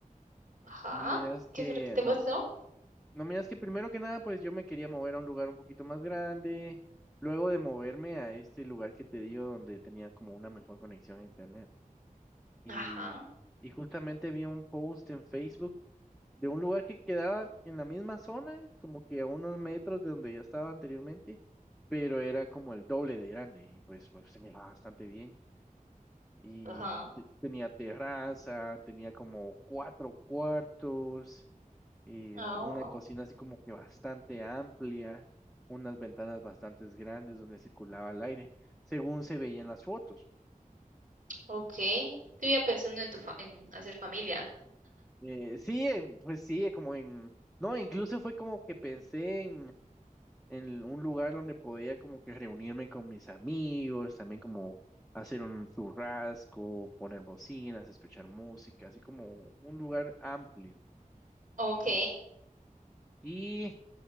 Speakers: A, on the right; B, in the centre.
A: Ajá.
B: No miras que,
A: ¿Qué fue lo que te
B: no,
A: pasó?
B: no miras que primero que nada, pues yo me quería mover a un lugar un poquito más grande. Luego de moverme a este lugar que te digo, donde tenía como una mejor conexión a internet. Y,
A: Ajá,
B: y justamente vi un post en Facebook de un lugar que quedaba en la misma zona, como que a unos metros de donde yo estaba anteriormente, pero era como el doble de grande y pues, pues, se miraba bastante bien. Y
A: ajá.
B: mm, te- tenía terraza, tenía como cuatro cuartos, y
A: Ah,
B: una
A: bueno.
B: cocina así como que bastante amplia, unas ventanas bastante grandes donde circulaba el aire, según se veía en las fotos.
A: Ok. Estuve pensando en tu fa- en hacer familia.
B: Eh, sí, eh, pues sí, eh, como en... No, incluso fue como que pensé en, en un lugar donde podía como que reunirme con mis amigos, también como hacer un churrasco, poner bocinas, escuchar música, así como un lugar amplio.
A: Ok.
B: Y